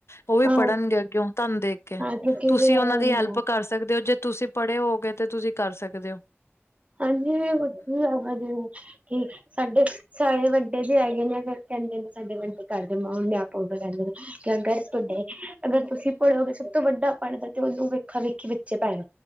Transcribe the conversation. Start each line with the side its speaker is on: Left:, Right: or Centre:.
Left: ਉਹ ਵੀ
Right: ਹਾਂ
Left: ਪੜ੍ਹਨਗੇ ਅੱਗੇਓ ਤੁਹਾਨੂੰ ਦੇਖ ਕੇ
Right: ਕਿਉਂਕਿ
Left: ਤੁਸੀਂ
Right: ਵੀ ਇਹ
Left: ਉਹਨਾਂ
Right: ਹੁੰਦਾ
Left: ਦੀ ਹੈਲਪ ਕਰ ਸਕਦੇ ਓ, ਜੇ ਤੁਸੀਂ ਪੜ੍ਹੇ ਹੋਗੇ ਤੇ ਤੁਸੀਂ ਕਰ ਸਕਦੇ ਓ।
Right: ਹਾਂਜੀ, ਵਧੀਆ ਵਾ ਜਿਵੇਂ ਕਿ ਸਾਡੇ ਸਾਰੇ ਵੱਡੇ ਵੀ ਹੈਗੇ ਨੇ, ਫਿਰ ਕਹਿੰਦੇ ਸਾਡੇ ਵੱਡੇ ਘਰ <unintelligible> ਲੈ ਲੋ। ਅਗਰ ਤੁਹਾਡੇ, ਅਗਰ ਤੁਸੀਂ ਪੜ੍ਹੋਗੇ ਸਭ ਤੋਂ ਵੱਡਾ ਪੜ੍ਹਦਾ ਤੇ ਉਹਨੂੰ ਵੇਖਾ ਵੇਖੀ ਬੱਚੇ ਪੜ੍ਹ